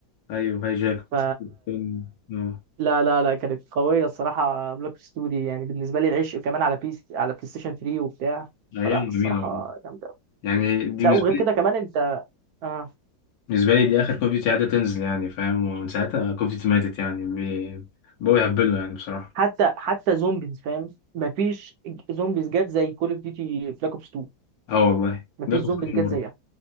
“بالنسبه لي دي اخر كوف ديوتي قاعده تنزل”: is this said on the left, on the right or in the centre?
Left